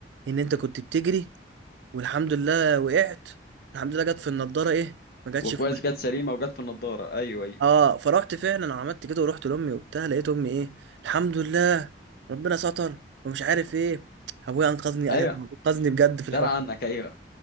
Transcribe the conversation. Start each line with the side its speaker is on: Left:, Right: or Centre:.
Right: ان انت كنت بتجري والحمد لله وقعت الحمد لله جت في النضاره ايه ما جاتش
Left: وكويس
Right: في وشي
Left: جت سليمه وجت في النضاره ايوه ايوه
Right: اه فرحت فعلا عملت كده ورحت لامي وبتاع لقيت امي ايه الحمد لله ربنا ستر ومش عارف ايه ابويا انقذني
Left: ايوه
Right: انقذني بجد في الحوار
Left: درع عنك ايوه